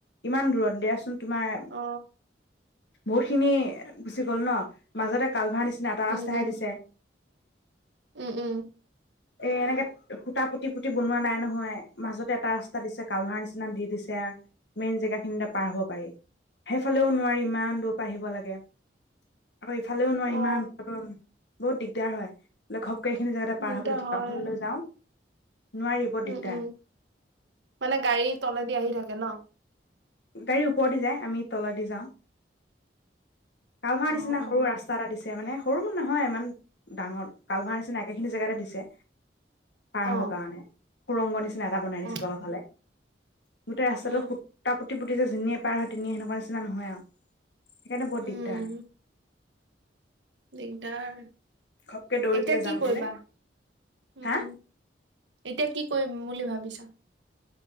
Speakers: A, on the left (about 70°); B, on the right (about 75°).
A: ইমান দূৰত দিয়াচোন। তোমাৰ
B: অ
A: বহুত খিনি গুচি গ'ল ন মাজতে কালভাৰ নিচিনা নিচিনা এটা
B: উম
A: ৰাস্তাহে
B: উম
A: দিছে।
B: উম, উম।
A: এ এনেকে সূতা পুতি-পুতি বনোৱা নাই নহয়, মাজতে এটা ৰাস্তা দিছে কালোহাৰ নিচিনা দি দিছে আৰ, মেইন জেগা খিনিতে পাৰ হ'ব। পাৰি সেইফালেও নোৱাৰি ইমান দূৰ পৰা আহিব লাগে। আকো ইফালেও নোৱাৰি
B: অ
A: ইমান <unintelligible> বহুত দিগদাৰ হয় বোলে ঘ গেইখিনি জেগাতে পাৰ
B: দিগদাৰ
A: হব, দোকওখনলৈ
B: হয়
A: যাওঁ। নোৱাৰি বৰ দিগদাৰ
B: উম, উম, মানে গাড়ী তলেদি আহি থাকে ন?
A: গাড়ী ওপৰ দি যায় আমি তিলদি যাওঁ৷ কালভাৰৰ
B: অ
A: নিচিনা
B: অ
A: সৰু ৰাস্তা এটা দিছে৷ দিছে মানে সৰুও নহয় ইমান ডাঙৰ কালভাৰৰ নিচিনা একেখিনি জেগাতে দিছে৷ পাৰ
B: অ
A: হব কাৰণে৷ সুৰংগ নিচি এটা বনাই
B: অ
A: দিছে তলৰ ফালে৷ গোটে ৰাস্তাটো
B: উম
A: খুুটা পু তি পুতিছে যিনিয়ে পাৰ হয় তেনিয়ে সেনেকুৱা নিচিনা নহয় আৰু৷ সিকাৰণে বহত
B: উম
A: দিগদাৰ৷
B: দিগদাৰ
A: ঘপকে দৌৰি
B: এতিয়া
A: পেলাই যাওঁ
B: কি কৰিবা
A: বোলে
B: উম
A: হা
B: এতিয়া কি কৰিম বুলি ভাবিছা?